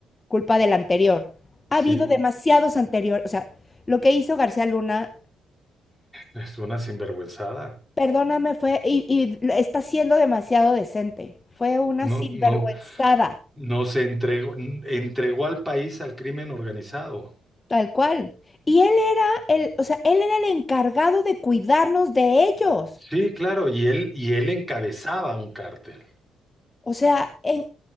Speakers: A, on the left; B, in the centre.
A: culpa del anterior. Ha
B: sí,
A: habido demasiados anteriores. O sea, lo que hizo García Luna,
B: es una sinvergüenzada.
A: perdóname, fue. Y, y está siendo demasiado decente. Fue una
B: No,
A: sinvergüenzada.
B: no, no se entregó, entregó al país al crimen organizado.
A: Tal cual. Y él era el, o sea, él era el encargado de cuidarnos de ellos.
B: Sí, claro, y él, y él encabezaba un cártel.
A: O sea, en,